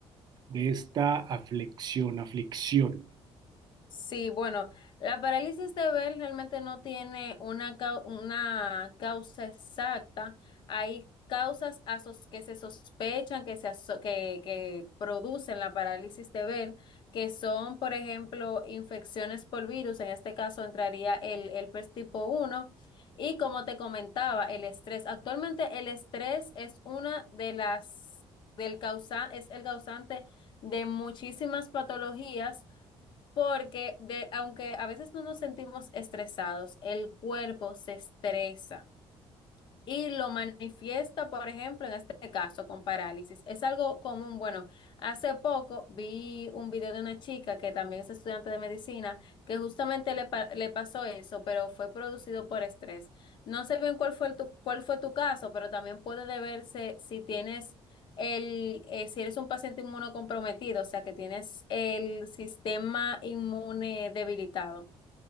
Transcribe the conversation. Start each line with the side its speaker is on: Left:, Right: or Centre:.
Right: de esta aflicción, aflicción.
Left: Sí, bueno, la parálisis de Bell realmente no tiene una, cau- una causa exacta. Hay causas asos- que se sospechan que, se aso- que, que producen la parálisis de Bell, que son, por ejemplo, infecciones por virus. En este caso entraría el herpes tipo uno. Y como te comentaba, el estrés. Actualmente el estrés es una de las, del causa, es el causante de muchísimas patologías porque de, aunque a veces no nos sentimos estresados, el cuerpo se estresa y lo manifiesta, por ejemplo, en este caso con parálisis. Es algo común. Bueno, hace poco vi un video de una chica que también es estudiante de medicina, que justamente le, pa- le pasó eso, pero fue producido por estrés. No sé bien cuál fue el tu, cuál fue tu caso, pero también puede deberse si tienes el, eh, si eres un paciente inmunocomprometido, o sea, que tienes el sistema inmune debilitado.